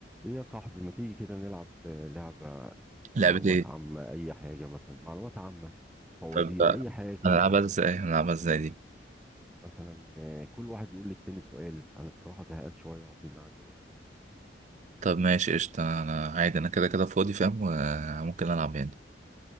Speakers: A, in the centre; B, on the right.
A: ايه يا صاحبي ما تيجي كده نلعب آه، لعبة
B: لعبة
A: معلومات
B: ايه؟
A: عامة أي حاجة مثلا معلومات عامة فوازير
B: طب
A: أي حاجة كده
B: انا العبها ازاي؟ انا العبها ازاي دي؟
A: مثلا آه، كل واحد يقول للتاني سؤال أنا بصراحة زهقان شوية وعايزين نعدي الوقت
B: طب ماشي قشطة انا عادي انا كده كده فاضي فاهم وممكن العب يعني